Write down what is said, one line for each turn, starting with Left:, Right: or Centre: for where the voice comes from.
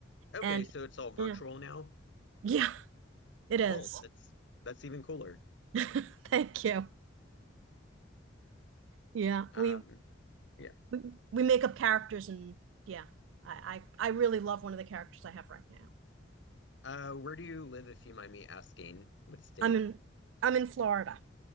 Left: okay,
Right: and
Left: so it's all virtual
Right: yeah
Left: now.
Right: Yeah, it is.
Left: Well, that's that's even cooler.
Right: <laughs> Thank you. Yeah,
Left: Um,
Right: we,
Left: yeah.
Right: we we make up characters, and yeah, I, I I really love one of the characters I have right now.
Left: Uh, where do you live, if you mind me asking? What state?
Right: I'm in I'm in Florida.